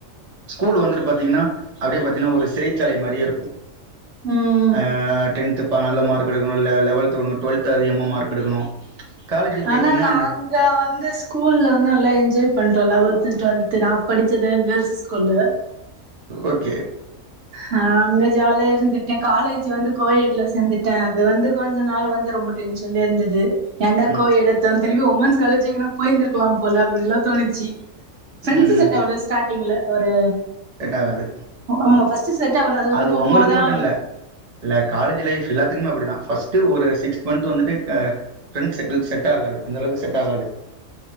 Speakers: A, on the right (about 35°); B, on the right (about 65°).
A: ஸ்கூல் வந்துட்டு பாத்தீங்னா அப்டியே பாத்தீங்னா ஒரு சிறைச்சாலை மாரியே இருக்கூ
B: ம்
A: ஆ டென்த்துப் ப நல்ல மார்க் எடுக்கணூ லெ லெவல்த் <unintelligible> டுவெல்த் அதிகமா மார்க் எடுக்கணு காலேஜு போயிட்டீங்கன்னா
B: ஆனா நாங்க
A: அந்த
B: வந்து ஸ்கூல்ல நல்லா என்ஜாய் பண்டோம் லெவல்து டுவெல்து நா படிச்சது கேர்ள்ஸு ஸ்கூலு
A: ஓகே
B: நா அங்க ஜாலியா இருந்துட்டே காலேஜ் வந்து கோயட்டுல சேந்துட்டே அது வந்து கொஞ்சோ நாள் வந்து ரொம்ப டென்ஷன்லெயே இருந்துது
A: ம்
B: கோஎட் எடுத்தோன் திரும்பி உமன்ஸ் காலேஜ் எங்கனா போய்ந்திருலாம் போல அப்டிலா தோணிச்சி ஃப்ரண்ட்ஸ்
A: ம் ம்
B: செட் ஆவல
A: ம்
B: ஸ்டாடிங்ல ஒரு
A: செட் ஆகாது
B: ஆமா ஃபர்ஸ்ட் செட் ஆவல அதுக்கப்றோ
A: அது
B: போக
A: உங்களுக்கு
B: போகதா
A: மட்டுல்ல இல்ல காலேஜ் லைஃப் சிலப் பின் அப்டித்தா ஃபஸ்டூ ஒரு சிக்ஸ் மந்த் வந்துட்டு க ஃப்ரண்ட்ஸ் சர்கிள் செட் ஆகாது அந்தளவுக்கு செட் ஆகாது